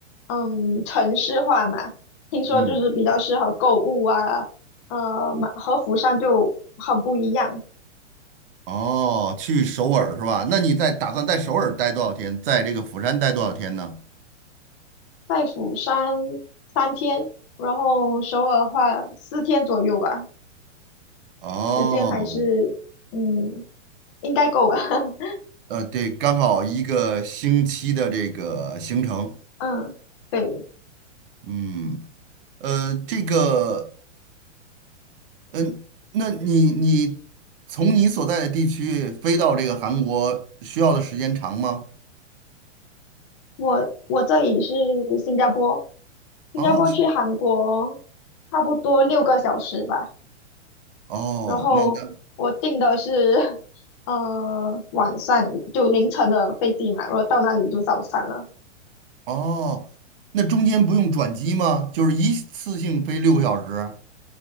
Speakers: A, on the left; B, on the right.
A: 嗯，城市化嘛，听说就是比较适合购物啊，
B: 嗯。
A: 呃，嘛和釜山就很不一样，
B: 哦，去首尔是吧？那你在打算在首尔待多少天？在这个釜山待多少天呢？
A: 在釜山三天，然后首尔的话四天左右吧，
B: 哦，
A: 时间还是，嗯，应该够了，<laughs>
B: 呃，对，刚好一个星期的这个行程。
A: 嗯，对，
B: 嗯，呃，这个，嗯，那你你从你所在的地区飞到这个韩国需要的时间长吗？
A: 我我这里是新加坡，新加坡去韩国
B: 哦，其
A: 差不多六个小时吧。
B: 哦，
A: 然后我订的是
B: 那那
A: <laughs> 呃晚上就凌晨的飞机嘛，然后到那里就早餐了。
B: 哦，那中间不用转机吗？就是一次性飞六个小时？